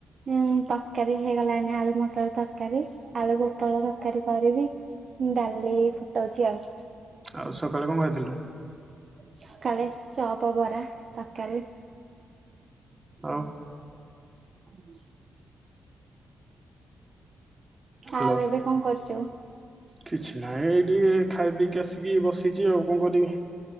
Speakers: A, on the right; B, on the right.
A: ହୁଁ ତରକାରୀ ହେଇଗଲାଣି ଆଳୁ ମଟର ତରକାରୀ ଆଳୁ ଭୁଟଳ ତରକାରୀ କରିବି। ହୁଁ ଡାଲି ଫୁଟଉଚି ଆଉ।
B: ଆଉ ସକାଳେ କଣ ଖାଇଥିଲୁ?
A: ସକାଳେ ଚପ ବରା ତରକାରୀ
B: ଆଉ।
A: ହୁଁ <unintelligible>
B: ହ୍ୟାଲୋ
A: ଆଉ ଏବେ କଣ କରୁଚୁ?
B: କିଛି ନାହିଁ ଏଇଟି ଖାଇ ପିଇକି ଆସିକି ବସିଚି ଆଉ କଣ କରିବି।